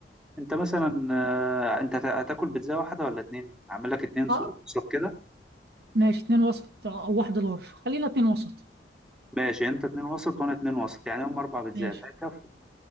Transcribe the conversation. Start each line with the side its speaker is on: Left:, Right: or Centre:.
Centre: أنت مثلا آه، أنت هت- هتاكل بيتزا واحدة ولا اتنين؟ أعمل لك اتنين
Right: اه
Centre: س- وسط كده
Right: ماشي اتنين وسط او واحدة لارج خلينا اتنين وسط
Centre: ماشي أنت اتنين وسط وأنا اتنين وسط يعني هم أربع بيتزات
Right: ماشي
Centre: هيكفوا